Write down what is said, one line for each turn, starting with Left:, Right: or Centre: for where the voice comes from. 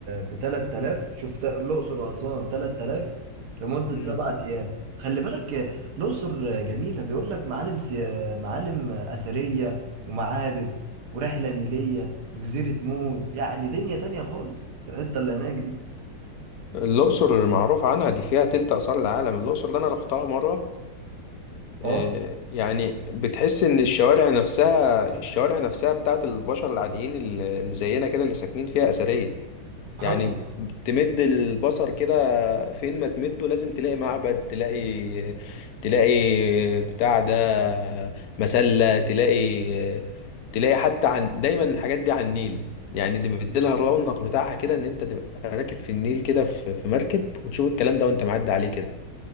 Right: ب 3000 شفت الاقصر واسوان 3000 لمده
Left: مم.
Right: سبعة ايام خلي بالك آه، الاقصر آه، جميله بيقول لك معالم سي... آه، معالم آه، اثريه ومعابد ورحله نيليه وجزيره موز يعني دنيا تانية خالص في الحته اللي هناك دي
Left: الأقصر معروف عنها دي فيها تلت آثار العالم الأقصر ده أنا رحتها مرة
Right: اه
Left: آه، يعني بتحس ان الشوارع نفسها الشوارع نفسها بتاعت البشر العاديين اللي اللي زينا كده اللي ساكنين فيها أثرية
Right: حصل
Left: يعني تمد البصر كده فين ما تمده لازم تلاقي معبد تلاقي تلاقي بتاع ده مسلة تلاقي تلاقي حتى عن دايما الحاجات دي على النيل يعني اللي مديلها الرونق بتاعها كده ان انت تبقى راكب في النيل كده في في مركب وتشوف الكلام ده وانت معدي عليه كده